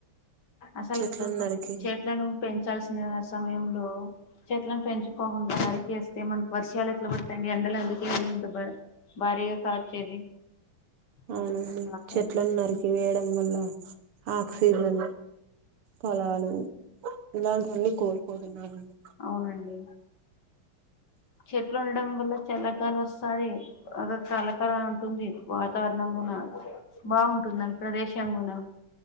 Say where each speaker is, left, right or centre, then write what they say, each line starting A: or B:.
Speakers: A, on the left; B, on the right.
A: అసలుకు
B: చెట్లను నరికి
A: చెట్లను పెంచాల్సిన సమయంలో చెట్లను పెంచకోకుండా నరికేస్తే మనకు వర్షాలు ఎట్లా పడతాయి అండి ఎండల అందుకే ఇంత భారీగా కాచేది
B: అవునండి
A: అది అర్థం కాకండి
B: చెట్లును నరికి వేయడం వల్ల ఆక్సిజన్ పొలాలు ఇలాంటివన్నీ కోల్పోతున్నామండి
A: అవునండి చెట్లు ఉండడం వల్ల చల్లగాలి వస్తాది అద కలకల ఉంటుంది వాతావరణం గున బాగుంటుందండి ప్రదేశం గూనా